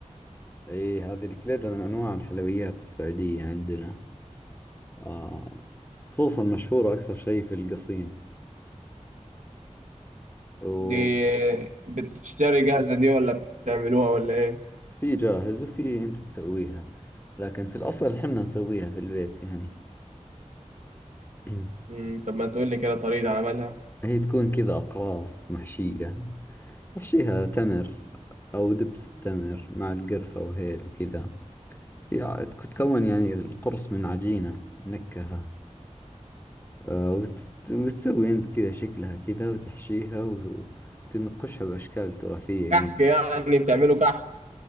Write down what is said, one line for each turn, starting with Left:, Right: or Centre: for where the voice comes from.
Left: اي هذه الكليجة من انواع الحلويات السعودية عندنا آه خصوصا مشهورة اكثر شيء في القصيم وفي
Right: دي بتشتري جاهزة دي ولا بتعملوها ولا ايه
Left: جاهز وفي انت تسويها لكن في الاصل حنا نسويها في البيت يعني <clears throat>
Right: مم. طب ما تقول لي كده طريقة عملها
Left: هي تكون كذا اقراص محشية نحشيها تمر او دبس التمر مع القرفة وهيل وكذا هي ع- تكون يعني القرص من عجينة منكهة آه، وت- وتسوي أنت كذا شكلها كذا وتحشيها و- وتنقشها بأشكال تراثية
Right: كحك
Left: يعني
Right: يعني بتعملوا كحك